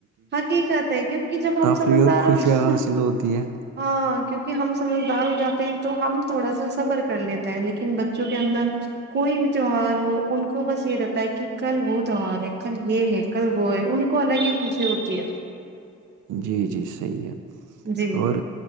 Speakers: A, on the right; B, on the right.
A: ہقی کہتے ہے کیونکہ جب ہم
B: تفریح
A: سمجھتاارو
B: اور خوشیاں
A: ج
B: حاصل ہوتی ہے
A: ہاں کیک کہ ہم سمجھدار ہو جاتے ہیں تو ہم تھوڑا سا صبر کر لیتے ہیں لیکن بچوں کے اندر کوئی بھی تیوہار ہو ان کو بس یہ رہتا ہے کہ کل وہ تہوار ہے کل یہ ہے کل وہ ہے ان کو الگ ہی خوشی ہوتی ہے
B: جی جی صحیح ہے
A: جی
B: اور